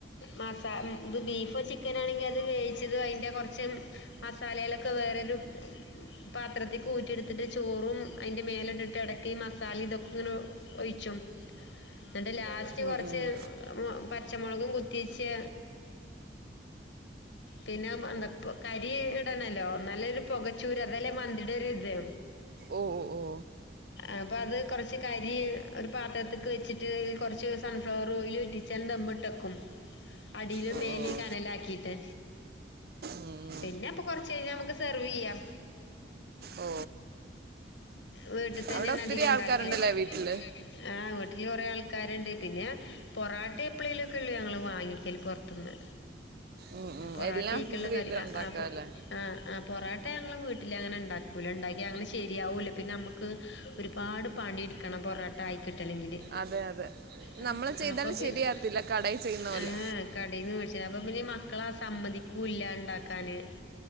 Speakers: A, on the left; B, on the right.
A: മസാ ബീഫോ ചിക്കനോ ആണെങ്കി അത് വേവിച്ചതും അതിന്റെ കൊറച്ച് മസാലളൊക്കെ വേറെ ഒരു പാത്രത്തിക്ക് ഊറ്റി എടുത്തിട്ട് ചോറും അതിന്റെ മേലെ ഇട്ടിട്ട് എടക്ക് മസാല ഇതൊക്കെ ഒയിച്ചും എന്നിട് ലാ റ്റ്
B: ഉം,
A: കൊറച്ച്
B: ഉം.
A: പച്ചമോളകും കുത്തിവെച്ച് പിന്നെ മന്ത കരി ഇടണോല്ലോ എന്നാലേ ഒരു പുക ചൂര് അതല്ലേ മന്തിയുടെ ഒരിത്.
B: ഓ ഓ ഓ
A: അപ്പം അത് കുറച്ച് കരി ഒരു പാത്രത്തിലേക്ക് വച്ചിട്ട് കുറച്ച് സൺ ഫ്ലവർ ഓയിൽ ഇറ്റിച്ച് ദം ഇട്ട് വക്കും. അടിയിലും
B: ഓ
A: മേലിലും
B: ഓ
A: കനലാക്കിയിട്ട്.
B: ഉം.
A: പിന്നെ അപ്പം കൊറച്ച് കഴിഞ്ഞാ നമ്മുക്ക് സെർവ് ചെയ്യാം
B: ഓ
A: വീട്ടി ഇതന്നെയാണ്
B: അവിടെ ഒത്തിരി
A: അധികം ഇണ്ടാക്കല്
B: ആൾക്കാരുണ്ടല്ലേ
A: ഒത്തിരി ആൾക്കാർ ഉണ്ടല്ലേ
B: വീട്ടില്
A: വീട്ടിൽ ആ വീട്ടിൽ കുറേ ആൾക്കാർ ഉണ്ട് പിന്നെ പൊറോട്ട എപ്പളേലും ഒക്കെ അല്ലേ നമ്മൾ വാങ്ങിക്കല് പൊറത്തുന്ന്.
B: ഉം, ഉം.
A: പൊറോട്ടയ്ക്കുള്ള
B: എല്ലാം ഫുഡ് വീട്ടിൽ
A: കറി ആ
B: ഉണ്ടാക്കാല്ലേ
A: അപ്പൊ ആ പൊറോ റോട്ട ഞങ്ങൾ വീട്ടിലങ്ങനെ ഉണ്ടാക്കൂല ഉണ്ടാക്കിയാൽ അത് ശരിയാവൂല പിന്നെ നമുക്ക് ഒരുപാട് പണിയെടുക്കണം പൊറോട്ട ആയി കിട്ടണമെങ്കില്
B: അതെ അതെ
A: അതേ
B: നമ്മൾ
A: അതേ
B: ചെയ്താൽ
A: അപ്പം പിന്നെ
B: ശരിയാകത്തില്ല കടയിൽ ചെയ്യുന്ന പോലെ
A: ആ കടയിൽ നിന്ന് വേടിച്ച് പ്പം പിന്നെ മക്ക മക്കള് സമ്മതിക്കൂല ഉണ്ടാക്കാനായിട്ട്